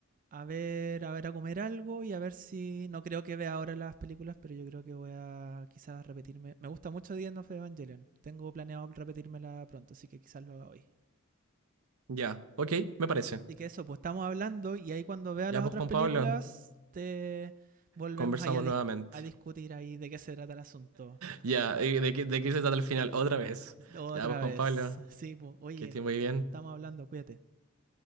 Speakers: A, on the right; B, on the right.
A: a ver, a ver, a comer algo y a ver si. No creo que vea ahora las películas, pero yo creo que voy a quizás repetirme. Me gusta mucho The End of Evangelion. Tengo planeado repetírmela pronto, así que quizás lo haga hoy.
B: Ya, ok, me parece.
A: Así que eso, pues estamos hablando y ahí cuando vea
B: Ya,
A: las
B: pues
A: otras
B: Juan
A: películas,
B: Pablo,
A: te volvemos
B: conversamos
A: ahí a, discu-
B: nuevamente.
A: a discutir ahí de qué se trata el asunto.
B: Ya, eh, ¿de qué, de qué se trata el final? Otra vez.
A: <laughs> Otra
B: Ya, pues Juan
A: vez.
B: Pablo,
A: Sí, pues, oye,
B: que estés muy bien.
A: estamos hablando, cuídate.